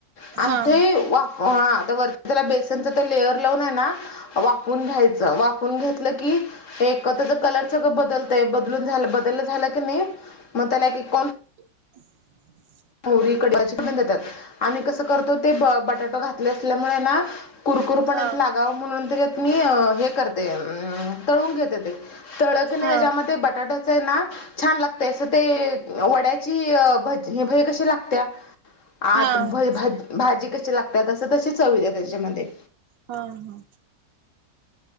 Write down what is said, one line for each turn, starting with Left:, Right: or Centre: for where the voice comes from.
Left: आणि
Right: हा
Left: ते वाफ हा. तर वरती त्याला बेसनच त लेअर लावून आहे ना वाफवून घ्यायचं वाफवून घेतलं की एक त्याच कलर सगळं बदलतय, बदलून झा बदल झालं की नाही मग त्याला एक
Right: <unintelligible>
Left: मोहरी कडाचिन देतात. आम्ही कसं करतो ते ब बटाटो घातले असल्यामुळे ना कुरकुर पणीत
Right: हा
Left: लागावं म्हणून त्याच्यात मी हे करते हं तळून घेते. ते तळ कणी
Right: हा
Left: त्याच्यामध्ये बटाटा छान लागत ते वड्याची भज ह भय कशी लागत्या आत
Right: हा
Left: भ भाजी कशी लागतात असं तशी चव येतय त्याच्यामध्ये.
Right: हा हा.